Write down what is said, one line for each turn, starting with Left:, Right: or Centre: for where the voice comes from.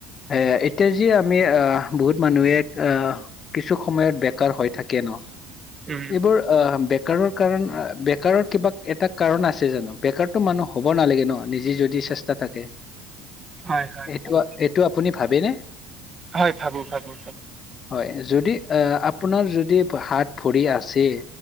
Left: এ
Right: উম
Left: এতিয়া যি, আমি অ বহুত মানুহে অ কিছু সময়ত বেকাৰ হৈ থাকে ন।
Right: উম,
Left: এইবোৰ অ বেকাৰৰ কাৰণ বেকাৰৰ কিবা এটা কাৰণ আছে জানো বেকাৰতো মানুহ, হ'ব নালাগে ন নিজে যদি চেষ্টা থাকে।
Right: হয় হয়
Left: এইটো
Right: হয়
Left: এইটো আপুনি ভাবেনে?
Right: হয় ভাবো ভাবো,
Left: হয় যদি আহ আপোনাৰ যদি হাত ভৰি আছে।